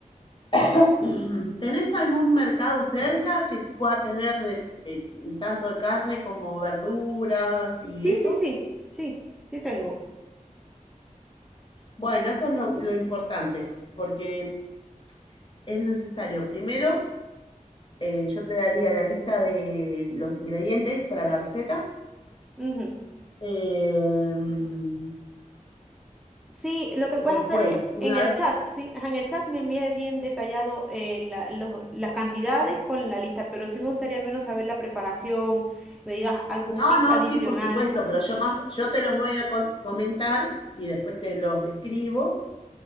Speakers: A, on the left; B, in the centre.
A: <coughs> ¿Tenés algún mercado cerca que pueda tener de- eh, tanto de carne como verduras y
B: Sí,
A: eso?
B: sí, sí, sí, sí tengo.
A: Bueno, eso es lo, lo importante, porque es necesario. Primero, eh, yo te daría la lista de los ingredientes para la receta.
B: Ujú.
A: em,
B: Sí, lo que
A: después,
B: puedes hacer es
A: una
B: en el
A: vez
B: chat,
A: que-
B: sí, ajá, en el chat me envías bien detallado eh, la- los- las cantidades con la lista, pero sí me gustaría al menos saber la preparación, me digas algún
A: No,
B: tip
A: no,
B: adicional.
A: sí, por supuesto, pero yo más, yo te los voy a con- comentar y después te los escribo